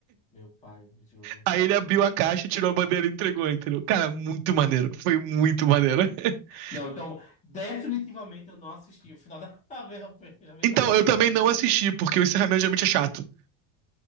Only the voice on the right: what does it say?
aí ele abriu a caixa, tirou a bandeira e entregou, entendeu? Cara, muito maneiro. Foi muito maneiro. <laughs>
Então,
eu
também
não assisti, porque o encerramento geralmente é chato.